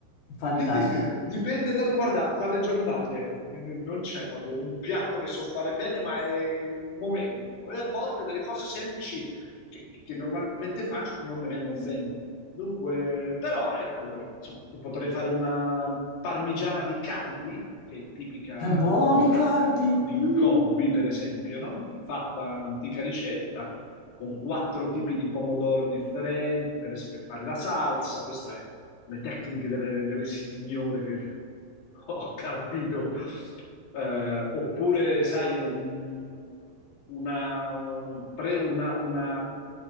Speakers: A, on the left; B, on the left.
A: fantastico,
B: Quindi dipende dalle, guarda, dalle giornate, Quindi non c'è proprio un piatto che so fare bene, ma è il momento. E a volte delle cose semplici che, che normalmente faccio non mi vengono bene. Dunque, però ecco, insomma, ti potrei fare una parmigiana di Cardi, che è tipica
A: è buoni
B: umbra,
A: cardi,
B: con i
A: mm,
B: gobbi, per esempio, no? Fatta un'antica ricetta, con quattro tipi di pomodoro differenti, per esempio per fare la salsa, queste sono le tecniche delle, delle signore che <laughs> ho capito, Eh, oppure sai, un- una, pre- una- una-